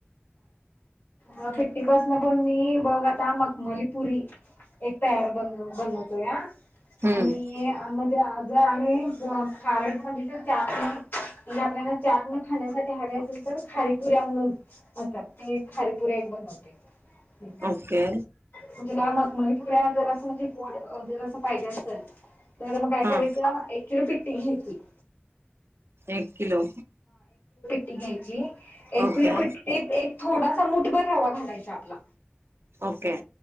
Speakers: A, on the left (about 60°); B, on the right (about 80°).
A: हा पिठी बस म बघ आता मखमलीपुरी एक तयार बनू बनवतो या
B: हम्म
A: आणि आम <unintelligible> खारी पुरी एक बनवते. <unintelligible>
B: ओके
A: पुर्‍या दराश म्हणजे.. दराश पाहिजे असल. तर मग काय
B: हा
A: करायचं. एक किलो पी <unintelligible>
B: एक किलो.
A: ती घ्यायची एक
B: ओके
A: किलो पीठ एक एक थोडा मूठभर रवा घालायचा आपला.
B: ओके